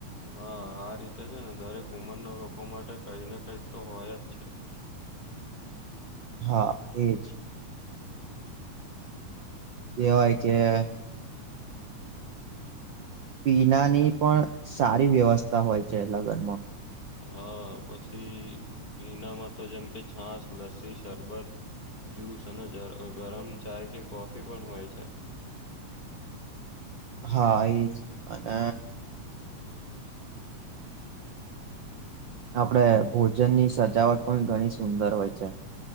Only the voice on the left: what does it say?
હા આ રીતે છે ને દરેક ઉંમરના લોકો માટે કઈ ને કઈક તો હોય જ છે.,
હા પછી પીણામાં તો જેમ કે છાસ લસ્સી શરબત-, જ્યુસ અને ગરમ ચાય કે કોફી બનાવાય છે.,